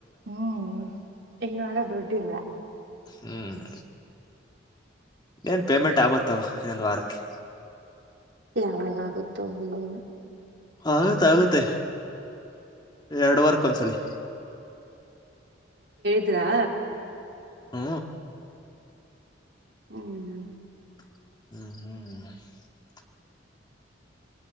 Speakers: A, on the right; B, on the left.
A: ಹ್ಮ್ ಈ ವಾರ ದುಡ್ಡಿಲ್ಲ
B: ಹ್ಮ್ ಏನ್ ಪೇಮೆಂಟ್ ಆಗತ್ತವ ಇನ್ನೊಂದು್ ವಾರಕ್ಕೆ
A: ಯಾವಾಗಾಗುತ್ತೋ ಏನು
B: ಆಗುತ್ತೆ ಆಗತ್ತೆ ಎರಡು ವಾರಕ್ಕ ಒಂದ್ಸಲಿ
A: ಇದಾ
B: ಹ್ಮ
A: ಹ್ಮ್
B: <unintelligible>